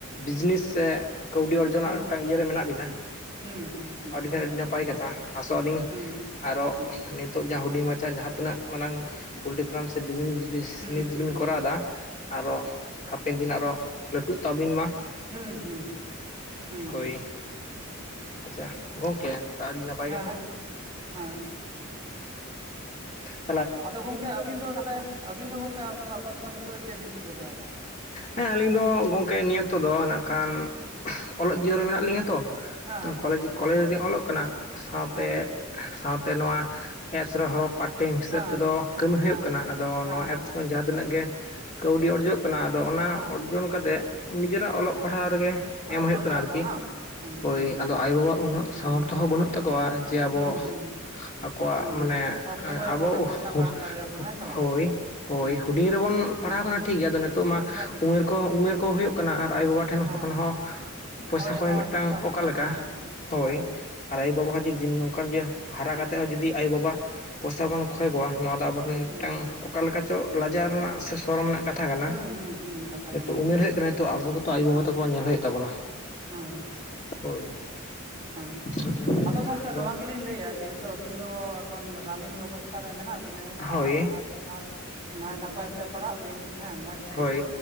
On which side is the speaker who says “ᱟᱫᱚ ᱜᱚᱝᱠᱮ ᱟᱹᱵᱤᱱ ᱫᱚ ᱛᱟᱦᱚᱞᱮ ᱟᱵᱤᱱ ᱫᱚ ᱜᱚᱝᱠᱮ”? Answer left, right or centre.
Right